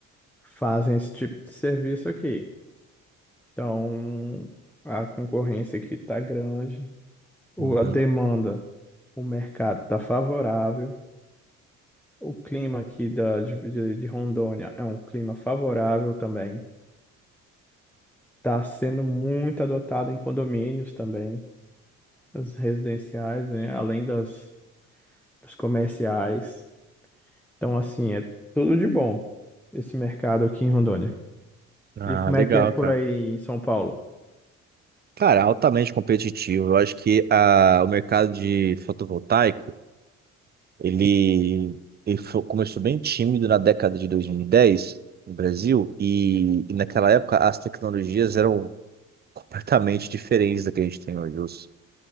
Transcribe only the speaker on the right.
Uhum.
Ah,
legal,
cara.
Cara, altamente competitivo. Eu acho que ah, o mercado de fotovoltaico, ele, ele fo- começou bem tímido na década de 2010 no Brasil e, e naquela época as tecnologias eram <laughs> completamente diferentes da que a gente tem hoje. Os-